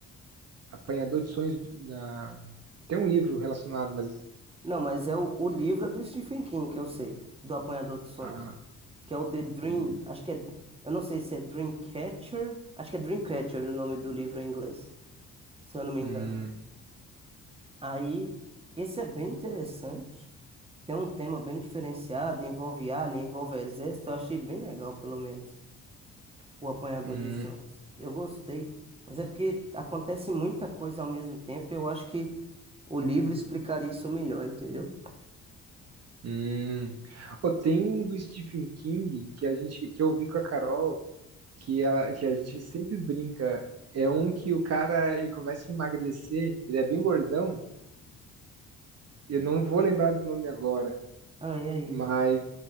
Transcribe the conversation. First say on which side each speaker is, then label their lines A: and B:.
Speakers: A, on the right; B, on the right.
A: Apanhador de Sonhos na, tem um livro relacionado, mas
B: Não, mas é o, o livro é do Stephen King, que eu sei, do Apanhador de Sonhos,
A: ah,
B: que é o The Dream,
A: hum,
B: acho que é, eu não sei se é Dreamcatcher, acho que é Dreamcatcher o nome do livro em inglês, se eu não me
A: hum,
B: engano. Aí, esse é bem interessante, tem um tema bem diferenciado, envolve alien, envolve exército, eu achei bem legal, pelo menos. O Apanhador
A: hum,
B: de Sonhos. Eu gostei, mas é porque acontece muita coisa ao mesmo tempo. Eu acho que o livro explicaria isso melhor, entendeu?
A: hum. Ô, tem um do Stephen King que a gente que eu vi com a Carol que, ela, que a gente sempre brinca. É um que o cara ele começa a emagrecer, ele é bem gordão. Eu não vou lembrar do nome agora,
B: Ah, e aí?
A: mas